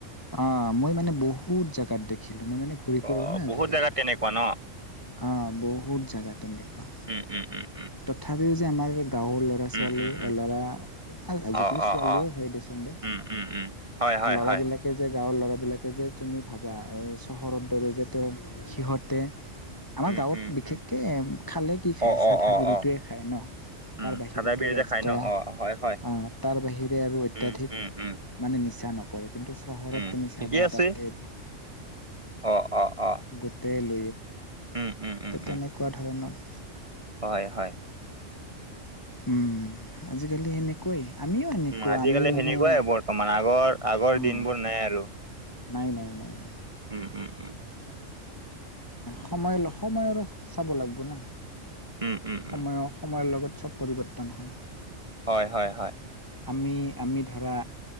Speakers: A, on the left; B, on the right.
A: অ মই মানে বহুত জোগাত দেখিলোঁ মই মানে ঘূৰি ফুুৰোঁ
B: অ'
A: না
B: বহুত
A: জেগা।
B: জেগাত তেনেকুৱা ন?
A: অ' বহুত জোগা তেনেকুৱা
B: উম, উম, উম, উম,
A: তথাপিও যে আমাৰ গাৱৰ ল'ৰা ছোৱালী
B: উম, উম, উম।
A: ল'ৰা আজিকালি
B: অ',
A: ছোৱালীও
B: অ', অ',
A: হয় দিচোন দে
B: উম, উম, উম। হয়, হয়,
A: ল'ৰা
B: হয়।
A: বিলাকে যে। গাঁৱৰ ল'ৰাবিলাকে যে তুমি ভাবা এই চহৰ দৰে যে তেওঁ সিহঁতে আমাৰ
B: উম,
A: গাঁৱত
B: উম,
A: বিশেষকে
B: উম।
A: খালে কি খায়
B: অ',
A: চাধা
B: অ', অ',
A: বিধটোৱে
B: অ'।
A: খায় ন'
B: উম,
A: তাৰ বাহিতো
B: চাদা বিৰি
A: আৰু
B: যে
A: এক্সট্ৰা
B: খাই ন? অ' হয়, হয়।
A: তাৰ বাহিৰে আৰু অত্যাধিক
B: উম, উম, উম,
A: মানে নিচা নকৰে কিন্তু চহৰত
B: উম।
A: তুমি চাবা
B: ঠিকেই আছে।
A: তাতে
B: অ', অ', অ'।
A: গোটেল।
B: উম, উম, উম, উম।
A: তেনেকুৱা ধৰণৰ
B: হয় হয়
A: উম আজিকালি সেনেকুৱাই আমিও এনেকুৱা
B: উম, আজিকালি
A: আমি মানে
B: সেনেকুৱাই বৰ্তমান আগৰ আগৰ
A: উম
B: দিনবোৰ নাই আৰু
A: নাই নাই ন ন
B: উম উম উম
A: সময়ৰ সময়ৰো চাব লাগিব না
B: উম, উম,
A: সময়ৰ
B: উম।
A: সময়ৰ লগত চব পৰিৱৰ্তন হয়
B: হয়- হয়- হয়।
A: আমি - আমি ধৰা